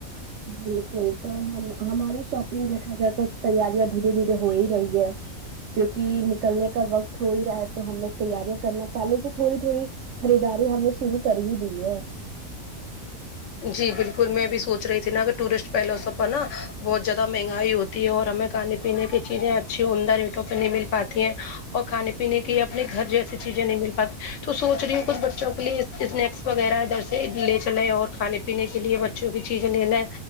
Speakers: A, on the right; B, on the left.
A: بالکل تو ہم ہماری شاپنگ دیکھا جائے تو تیاریاں دھیرے دھیرے ہو ہی رہی ہے کیونک نکلنے کا وقت ہو ہی رہا ہے تو ہم نے تیاریاں کرنا پہلے جو تھوڑی تھوڑی خریداری ہم نے شروع کر ہی دی ہے
B: جی بالکل میں بھی سوچ رہی تھی نا کہ ٹورسٹ پہلووں پر نا بہت زیادہ مہنگائی ہوتی تی ہے اور ہمیں کھانے پینے کی چیزیں اچھی عمدہ ریٹوں پہ نہیں مل پاتی ہیں اور کھانے پینے کی اپنے گھر جیسی چیزیں نہیں مل پاتی تو سوچ رہی ہوں کچھ بچوں کے لیے اسنیکس وغیرہ جیسے لے چلے اور کھے پینے کے لیے بچوں کی چیزیں لیںنا ہے